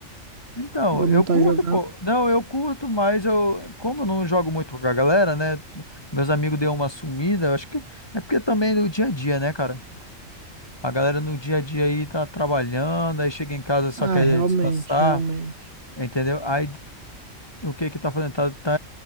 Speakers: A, on the left; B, on the right.
A: Então,
B: Ou
A: eu
B: não tá
A: curto,
B: jogando?
A: pô. Não, eu curto, mas eu, como eu não jogo muito com a galera, né? Meus amigos deu uma sumida, eu acho que é porque também no dia a dia, né, cara? A galera no dia a dia aí tá trabalhando, aí chega em casa só
B: Ah,
A: quer
B: realmente,
A: descansar,
B: realmente.
A: entendeu? Aí o que que tá fazendo? Tá, tá,